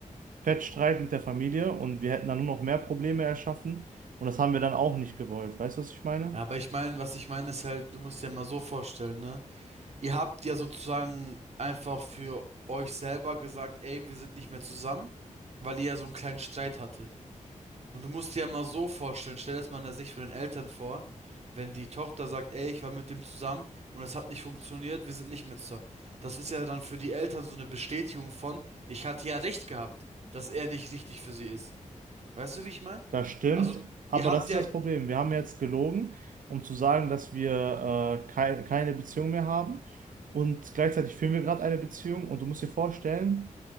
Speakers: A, on the right; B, on the right.
A: Fettstreit mit der Familie und wir hätten dann nur noch mehr Probleme erschaffen und das haben wir dann auch nicht gewollt. Weißt du, was ich meine?
B: Ja, aber ich meine, was ich meine ist halt, du musst dir mal so vorstellen, ne? Ihr habt ja sozusagen einfach für euch selber gesagt, ey, wir sind nicht mehr zusammen, weil ihr ja so einen kleinen Streit hattet. Und du musst dir ja mal so vorstellen, stell das mal in der Sicht von den Eltern vor, wenn die Tochter sagt, ey, ich war mit dem zusammen und es hat nicht funktioniert, wir sind nicht mehr zusammen. Das ist ja dann für die Eltern so eine Bestätigung von, ich hatte ja recht gehabt, dass er nicht richtig für sie ist. Weißt du, wie ich meine?
A: Das stimmt,
B: Also,
A: aber
B: ihr habt
A: das ist
B: ja...
A: das Problem. Wir haben jetzt gelogen, um zu sagen, dass wir äh, kei- keine Beziehung mehr haben und gleichzeitig führen wir gerade eine Beziehung und du musst dir vorstellen,